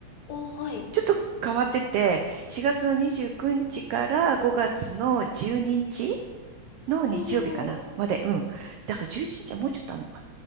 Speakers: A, on the left (about 75°); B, on the right (about 85°).
A: おー、はい。
B: ちょっと変わってて、4月の29日から5月の12日の日曜日かな、
A: おー。
B: まで、うん。だから11日はもうちょっとあるのか